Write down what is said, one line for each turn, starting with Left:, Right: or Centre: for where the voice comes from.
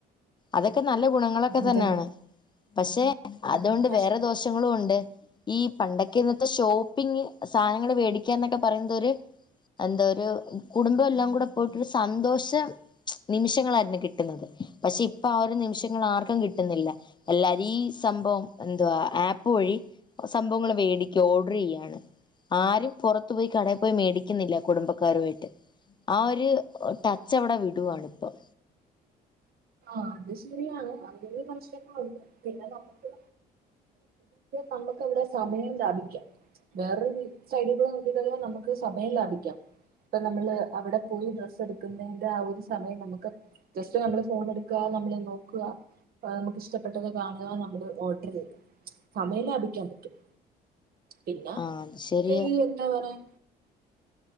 Left: അതൊക്കെ നല്ല ഗുണങ്ങളൊക്കെ
Right: അതെ
Left: തന്നാണ് പക്ഷെ അതുകൊണ്ട്
Right: പക്ഷെ
Left: വേറെ ദോഷങ്ങളും ഉണ്ട് ഈ പണ്ടക്കെ ഇന്നത്തെ ഷോപ്പിങ് സധന മേടിക്കാന്നൊക്കെ പറയുന്നത് ഒരു എന്താ ഒരു കുടുംബം എല്ലാം കൂടെ പോയിട്ടൊരു സന്തോഷ നിമിഷങ്ങളായിരുന്നു കിട്ടുന്നത് പക്ഷെ ഇപ്പൊ ആ ഒരു നിമിഷങ്ങൾ ആർക്കും കിട്ടുന്നില്ല എല്ലാരും ഈ സംഭവം എന്തവാ ആപ്പ് വഴി സംഭവങ്ങൾ വേടിക്കുക ഓർഡർ ചെയ്യാണ് ആരും പുറത്തു പോയി കടയിൽ പോയി മേടിക്കുന്നില്ല കുടുംബക്കാരുമായിട്ട് ആ ഒരു ടച്ച് അവിടെ വിടുവാണിപ്പം
Right: ആ അത് ശരിയാണ് അങ്ങനെ പ്രശ്നങ്ങളുണ്ട് പിന്നെ നമുക്ക് നമുക്കിവിടെ സമയം ലാഭിക്കാം വേറൊരു സൈഡിലൂടെ നോക്കിക്കഴിഞ്ഞാൽ നമുക്ക് സമയം ലാഭിക്കാം ഇപ്പൊ നമ്മള് അവിടെ പോയി ഡ്രസ് എടുക്കുന്നതിന്റെ ആ ഒരു സമയം നമുക്ക് ജസ്റ്റ് നമ്മള് ഫോണ്ഇട്ക്കാ നമ്മള് നോക്ക <unintelligible> നമുക്കിഷ്ടപ്പെട്ടത് കാണുക നമ്മള് ഓർഡർ ചെയ്യ സമയം ലാഭിക്കാൻ പറ്റും പിന്നെ
Left: ആ അത് ശരിയാ
Right: ഈ എന്താ പറയാൻ